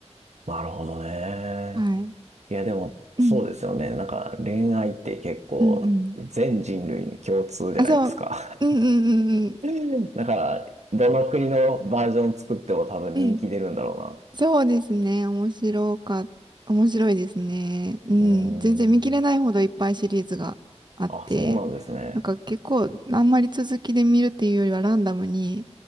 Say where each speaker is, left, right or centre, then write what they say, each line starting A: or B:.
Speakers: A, on the right (about 75°); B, on the right (about 40°).
A: なるほどね。
B: はい。
A: いや、でも、
B: うん。
A: そうですよね。なんか、恋愛って結構、
B: うんうん。
A: 全人類に共通じゃないですか。
B: あ、そう。うんうんうんうん。
A: <laughs> だから、どの国のバージョン作っても多分人気出るんだろ
B: うんそうですね。面白か、面白いですね。うん。
A: うな。うーん。
B: 全然見切れないほどいっぱいシリーズがあって、
A: あ、そうなんですね。
B: なんか結構あんまり続きで見るっていうよりはランダムに、